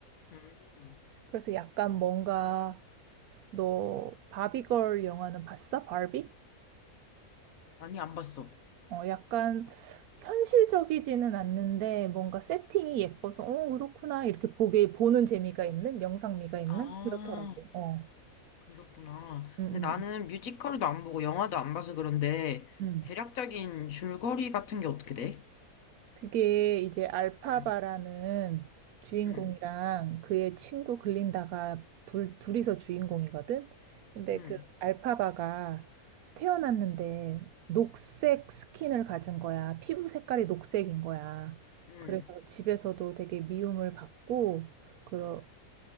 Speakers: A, on the left; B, on the right.
A: 응.
B: 그래서 약간 뭔가 너 바비걸 영화는 봤어? 바비?
A: 아니, 안 봤어.
B: 어, 약간 현실적이지는 않는데 뭔가 세팅이 예뻐서 어, 그렇구나 이렇게 보게 보는 재미가 있는 영상미가 있는
A: 아,
B: 그렇더라고. 어,
A: 그렇구나.
B: 음,
A: 근데
B: 음,
A: 나는 뮤지컬도 안 보고 영화도 안 봐서 그런데
B: 음.
A: 대략적인 줄거리 같은 게 어떻게 돼?
B: 그게 이제 알파바라는
A: 응,
B: 음. 주인공이랑
A: 응,
B: 그의 친구 글린다가 둘, 둘이서 주인공이거든. 근데
A: 응,
B: 그 알파바가 태어났는데 녹색 스킨을 가진 거야. 피부 색깔이 녹색인 거야.
A: 응,
B: 그래서 집에서도 되게 미움을 받고 그런